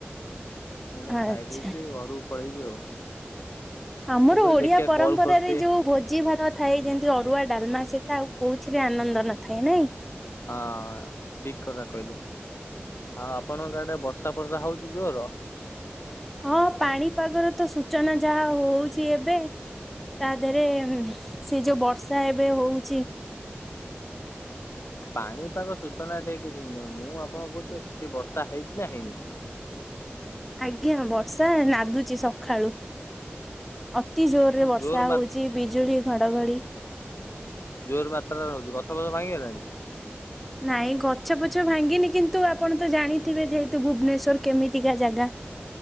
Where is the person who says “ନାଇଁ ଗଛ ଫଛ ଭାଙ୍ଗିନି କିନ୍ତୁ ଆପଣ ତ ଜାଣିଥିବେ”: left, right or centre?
Centre